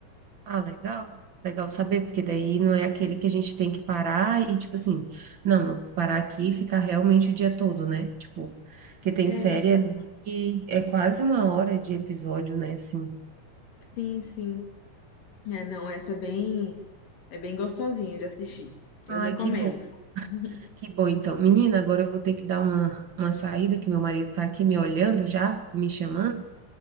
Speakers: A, on the right; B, on the left.
A: Ah, legal. Legal saber, porque daí não é aquele que a gente tem que parar e, tipo assim, não, eu vou parar aqui e ficar realmente o dia todo, né? Tipo, que tem
B: É,
A: série
B: então.
A: ali que é quase uma hora de episódio, né? Assim.
B: Sim, sim. É, não, essa é bem, é bem gostosinha de assistir. Eu
A: Ai,
B: recomendo.
A: que bom,
B: <laughs>
A: que bom então. Menina, agora eu vou ter que dar uma, uma saída, que meu marido tá aqui me olhando já, me chamando,